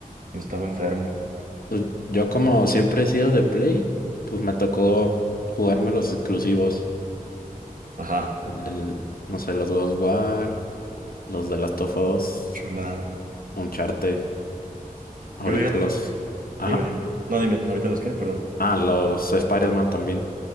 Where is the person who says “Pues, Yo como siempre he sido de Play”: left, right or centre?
Left